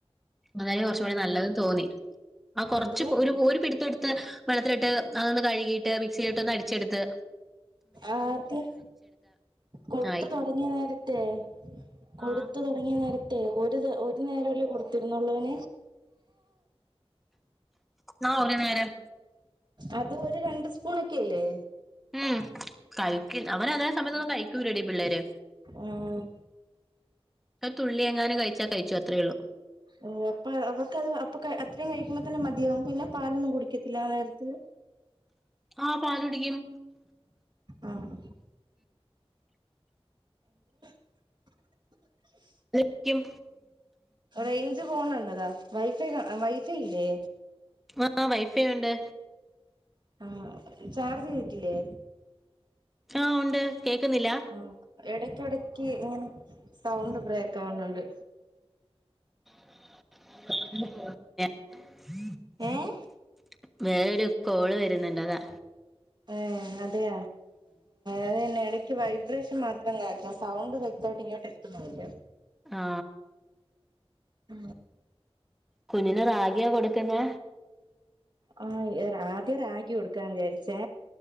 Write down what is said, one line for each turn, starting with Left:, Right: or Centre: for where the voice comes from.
Centre: അതായാ കൊർച്ചുകൂടി നല്ലത്‌ന്ന് തോന്നി ആ കൊർച്ച്
Right: എന്തോ
Centre: ഒരു ഒര് പിടിത്തം എട് ത്ത് വെള്ളത്തിലിട്ട് അതൊന്ന് കഴ്കിയിട്ട് മിക്സിൽ ഇട്ടൊന്ന് അടിച്ചെട്ത്ത്
Right: ആദ്യം കൊട്ത്ത്
Centre: ആയി.
Right: തൊടങ്ങിയ നേരത്തെ കൊട്ത്ത്
Centre: ആഹ്
Right: തൊടങ്ങിയ നേര ത്തേ ഒരു ഒര് നേര അല്ലെ കൊട്ത്തിരുന്നൊള്ളു ഓൻ
Centre: ആ ഒര് നേരം
Right: അത് ഒര് രണ്ട് സ്പൂണൊക്കെ അല്ലെ
Centre: ഉം കഴിക്ക് അവന് അതേ സമയത്തൊന്നും കഴി ക്കുലെടി പിള്ളേര്
Right: ഉം
Centre: ക്കെ തുള്ളി എങ്ങാനും കഴിച്ചാ കഴിച്ചു അത്രേ ഒള്ളു
Right: ഉം അപ്പ അവർക്ക് അത് അപ്പൊക്കെ അത്രയും കഴിക്കുമ്പോതെന്നെ മതിയാവും പിന്നെ പാലൊന്നും കുടിക്കത്തില്ല ആ നേര്ത്ത്
Centre: ആഹ പാലുടിക്കും.
Right: ആഹ് <unintelligible>
Centre: ടിക്കും.
Right: റേഞ്ച് ഫോണുണ്ട? വൈഫ വൈഫ ഇല്ലേ?
Centre: ആഹ വൈഫേുണ്ട്.
Right: ആ ചാർജ് ചെയ്തിട്ടില്ലേ?
Centre: ആഹ് ഉണ്ട്. കേക്കുന്നില്ല.
Right: ആ എടയ്ക്ക് എടക്ക് യ്ക്ക് ഇങ്ങനെ. Sound break ആവണണ്ട്.
Centre: <unintelligible>
Right: ഏഹ്
Centre: വേറെരു കോള് വ വരുന്നുണ്ടതാ.
Right: ആ അതെയ അത് തന്നെ ഇടക്ക് വൈബ്രേഷൻ മാത്രം കേ ആ സൗണ്ട് വ്യക്തമായിട്ട് ഇങ്ങോട്ട് എത്തുന്നില്ല.
Centre: ആ
Right: ആ
Centre: കുഞ്ഞിന് റാഗിയാ കൊടുക്കുന്നേ?
Right: ആ ആദ്യം രാഗി കൊടുക്കാൻ വിചാ ച്ചേ